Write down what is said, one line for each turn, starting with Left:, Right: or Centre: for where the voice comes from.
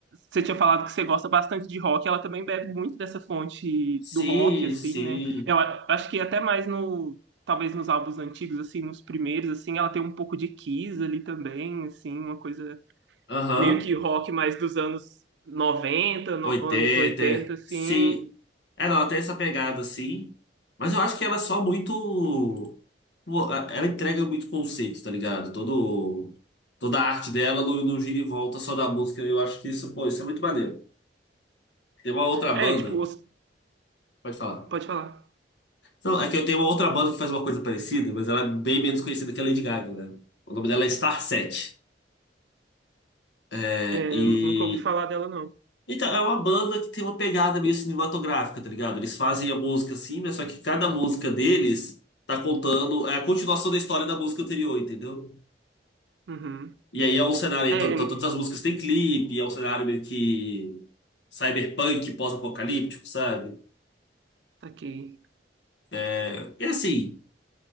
Right: você tinha falado que você gosta bastante de rock, ela também bebe muito dessa fonte
Left: Sim,
Right: do rock, assim,
Left: sim.
Right: né? Eu a- acho que até mais no, talvez nos álbuns antigos, assim, nos primeiros, assim, ela tem um pouco de Kiss ali também, assim, uma coisa
Left: Aham.
Right: meio que rock mais dos anos 90 no-
Left: oitenta
Right: anos 80 assim.
Left: Sim. É, não, até essa pegada, sim. Mas eu acho que ela é só muito. Pô, a- Ela entrega muito conceito, tá ligado? Todo... Toda a arte dela não, não gira e volta só da música. Eu acho que isso, pô, isso é muito maneiro. Tem uma outra banda.
Right: É, tipo, os-
Left: Pode falar.
Right: pode falar.
Left: Não, é que eu tenho uma outra banda que faz uma coisa parecida, mas ela é bem menos conhecida que a Lady Gaga, né? O nome dela é Star Set. É,
Right: Eu
Left: e
Right: nunca ouvi falar dela, não.
Left: Então, é uma banda que tem uma pegada meio cinematográfica, tá ligado? Eles fazem a música assim, mas só que cada música deles tá contando é a continuação da história da música anterior, entendeu?
Right: Uhum.
Left: E aí é um cenário
Right: É,
Left: aí, to- to- todas as músicas têm clipe, é um cenário meio que cyberpunk, pós-apocalíptico, sabe?
Right: tá aqui.
Left: É, E assim,